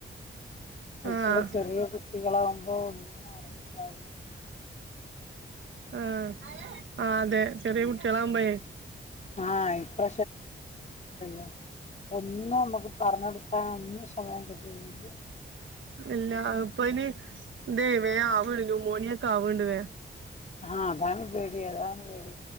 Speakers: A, on the left; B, on the right.
A: അയിക്കുടെ
B: ആഹ്
A: ചെറിയ കുട്ടികളാവുമ്പോ ഒന്നും അറിയണ്ടാവില്ല
B: ആഹ ആ അതെ ചെറ്യേകുട്ടേളാവുമ്പേ
A: ആഹ ഇപ്പോ <unintelligible> ഒന്നും മ്മക്ക് പറഞ്ഞൊടുക്കാൻ ഒന്നും സമയം കിട്ടി <unintelligible>
B: ഇല്ല ഇപ്പ ഇനി <unintelligible> വേ ആവണ്ട് ന്യൂമോണിയ ഒക്കെ ആവണ്ട് ലേ.
A: ആഹ അതാണ് പേടി അതാണ് പേടി